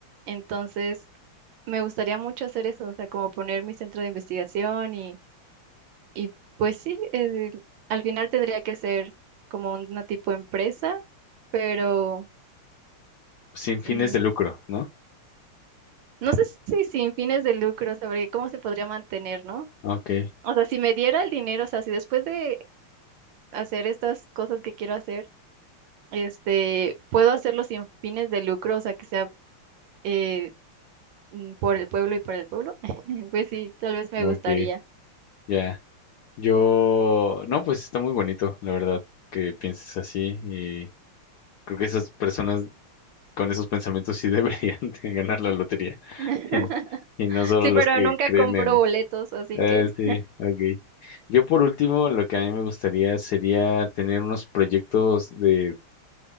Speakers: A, on the right; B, on the left.
A: Entonces, me gustaría mucho hacer eso, o sea, como poner mi centro de investigación y y pues sí, eh, al final tendría que ser como una tipo empresa, pero
B: Sin fines
A: mm,
B: de lucro, ¿no?
A: no sé si sin fines de lucro, sabría cómo se podría mantener, ¿no?
B: Ok,
A: O sea, si me diera el dinero, o sea, si después de hacer estas cosas que quiero hacer, este, puedo hacerlo sin fines de lucro, o sea, que sea eh, mm, por el pueblo y para el pueblo, <laughs> pues sí, tal vez me
B: ok,
A: gustaría.
B: ya. Yo, no, pues está muy bonito, la verdad, que pienses así Creo que esas personas con esos pensamientos sí deberían <laughs> de ganar la lotería.
A: <laughs>
B: Y, y no solo
A: Sí,
B: los
A: pero
B: que
A: nunca
B: creen
A: compro
B: en...
A: boletos, así
B: Eh,
A: que
B: sí, ok. Yo por último, lo que a mí me gustaría sería tener unos proyectos de